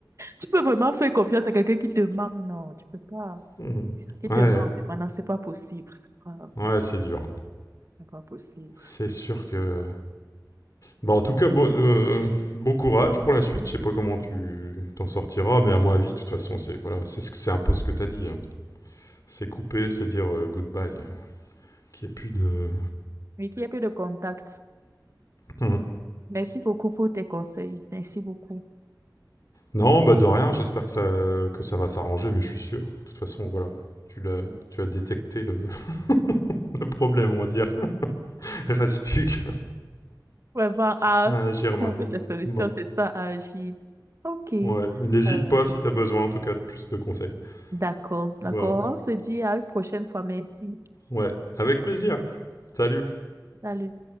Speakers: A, on the right; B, on the left.
A: Tu peux vraiment faire confiance à quelqu'un qui te manque? Non, tu peux pas.
B: Mhm.
A: Qui
B: Ouais,
A: te manque maintenant, c'est pas possible. C'est pas,
B: ouais, c'est dur.
A: c'est pas possible.
B: C'est sûr que Bah, en tout cas, bon, euh, bon courage pour la suite. Je sais pas comment tu t'en sortiras, mais à mon avis, de toute façon, c'est voilà, c'est ce que- c'est un peu ce que t'as dit. hein. C'est couper, c'est dire euh, goodbye. Qu'il n'y ait plus de.
A: Mais qu'il n'y ait plus de contact.
B: Hmm.
A: Merci beaucoup pour tes conseils. Merci beaucoup.
B: Non, bah de rien. J'espère que ça que ça va s'arranger, mais je suis sûr. De toute façon, voilà, tu l'as tu as détecté le, <laughs> le problème, on va dire. <laughs> Reste plus qu'à
A: Vraiment à
B: à agir
A: trouver
B: maintenant.
A: les solutions,
B: Bah
A: c'est ça, à agir. OK.
B: ouais, mais n'hésite
A: Euh,
B: pas si t'as besoin, en tout cas, de plus de conseils.
A: d'accord, d'accord.
B: Voilà.
A: On se dit à une prochaine fois. Merci.
B: Ouais, avec plaisir. Salut.
A: Salut.